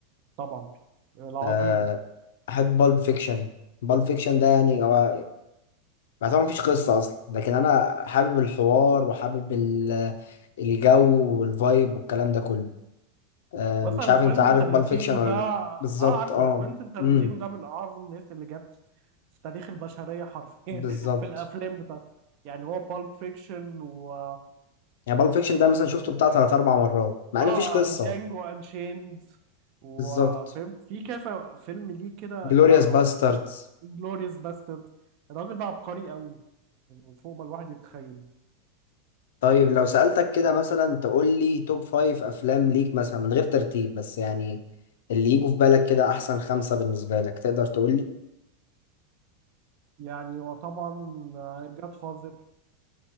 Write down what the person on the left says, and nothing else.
أه احب بالب فيكشن بالب فيكشن ده يعني هو ما طبعا مفيش قصة أصلا لكن أنا حابب الحوار وحابب ال- الجو والفايب والكلام ده كله آه،
مش عارف
أنت عارف
بالب فيكشن ولا
لأ
بالظبط
أه
أمم
بالظبط
يعني بالب فيكشن ده مثلا شفته
بتاع تلات
أربع مرات مع
إن مفيش قصة
بالظبط
جلوريوس
باستردز
طيب لو سألتك كده مثلا تقول لي توب فايف أفلام ليك مثلا من غير ترتيب بس يعني اللي يجوا في بالك كده أحسن خمسة بالنسبة لك تقدر تقول لي؟